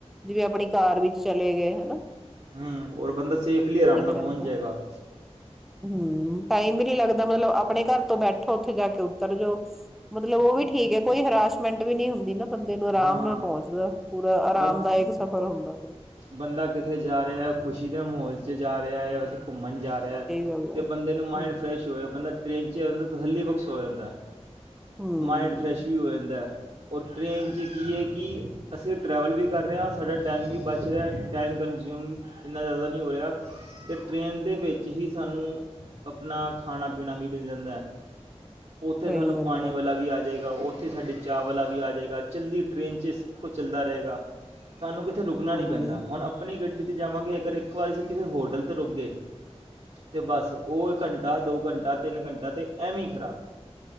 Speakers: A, in the centre; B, on the right.
A: ਜਿਵੇਂ ਆਪਣੀ ਕਾਰ ਵਿੱਚ ਚਲੇ ਗਏ ਹੇਨਾ
B: ਹਮ ਔਰ ਬੰਦਾ ਸੇਫਲੀ ਆਰਾਮ ਨਾਲ ਪਹੁੰਚ
A: ਰਹਿੰਦਾ
B: ਜਾਏਗਾ
A: ਹਮ ਟਾਈਮ ਵੀ ਨਹੀਂ ਲੱਗਦਾ ਮਤਲਬ ਆਪਣੇ ਘਰ ਤੋਂ ਬੈਠ ਓੱਥੇ ਜਾ ਕੇ ਉੱਤਰ ਜੋ ਮਤਲਬ ਉਹ ਵੀ ਠੀਕ ਹੈ ਕੋਈ ਹਰਾਸ਼ ਮਿੰਟ ਵੀ ਨਹੀਂ ਹੁੰਦੀ ਨਾ ਬੰਦੇ ਨੂੰ ਆਰਾਮ
B: ਹਾਂ
A: ਨਾਲ ਪਹੁੰਚਦਾ ਪੂਰਾ ਆਰਾਮਦਾਇਕ
B: ਬੰ
A: ਸਫ਼ਰ ਹੁੰਦਾ ਫੇਰ
B: ਬੰਦਾ ਕਿੱਥੇ ਜਾ ਰਿਹਾ ਹੈ ਖੁਸ਼ੀ ਦੇ ਮਾਹੌਲ 'ਚ ਜਾ ਰਿਹਾ ਹੈ ਓਥੇ ਘੁੰਮਣ ਜਾ ਰਿਹਾ
A: ਗੱਲ ਹੈ
B: ਤੇ ਬੰਦੇ ਨੂੰ ਮਾਇੰਡ
A: ਹਮ
B: ਫਰੈਸ਼ ਹੋਇਆ ਬੰਦਾ ਟ੍ਰੇਨ 'ਚ ਜਾਂਦਾ ਹੱਲੀ ਬਖਸ਼ ਸੋ ਜਾਂਦਾ ਏ
A: ਹਮ
B: ਮਾਇਾਈੰਡ ਫਰੈਸ਼ ਵੀ ਹੋਆਂਦਾ ਏ ਔਰ ਟ੍ਰੇਨ 'ਚ ਕੀ ਹੈ ਕਿ ਅਸੀਂ ਟਰੈਵਲ ਵੀ ਕਰ ਰਹੇ ਹਾਂ ਸਾਡਾ ਟਾਈਮ ਵੀ ਬਚ ਰਿਹਾ ਟਾਈਮ ਕੰਨਜ਼ਊਮ ਇੰਨਾ ਜ਼ਿਆਦਾ ਨਹੀਂ ਹੋ ਰਿਹਾ ਫਿ ਟ੍ਰੇਨ ਦੇ ਵਿੱਚ ਹੀ ਸਾਨੂੰ ਆਪਣਾ ਖਾਣਾ ਪੀਣਾ ਵੀ ਮਿਲ ਜਾਂਦਾ ਏ ਉੱਥੇ
A: ਸਹੀ
B: ਸਾਨੂੰ
A: ਗੱਲ
B: ਪਾਣੀ ਵਾਲਾ ਵੀ ਆ ਜਾਏ ਤਾਂ ਉੱਥੇ ਸਾਡੀ ਚਾਹ ਵਲਾ ਵੀ ਆ ਜੈਗਾ ਚਲਦੀ ਟਰੇਨ 'ਚ ਸਭ ਕੁ ਚੱਲਦਾ ਰਹੇਗਾ ਸਾਨੂੰ ਕਿੱਥੇ ਰੁਕਣਾ
A: ਹਾਂਜੀ
B: ਨਹੀਂ ਪੈਂਦਾ ਹੁਣ ਆਪਣੀ ਗੱਡੀ ਜਾਵਾਂਗੇ ਅਗਰ ਇੱਕ ਵਾਰੀ ਅਸੀਂ ਕਿਸੇ ਹੋਟਲ 'ਤੇ ਰੁਕ ਗਏ ਤਾਂ ਬਸ ਉਹ ਘੰਟਾ ਦੋ ਘੰਟਾ ਤਿੰਨ ਘੰਟਾ ਤੇਂ ਐਵੇਂ ਹੀ ਖ਼ਰਾਬ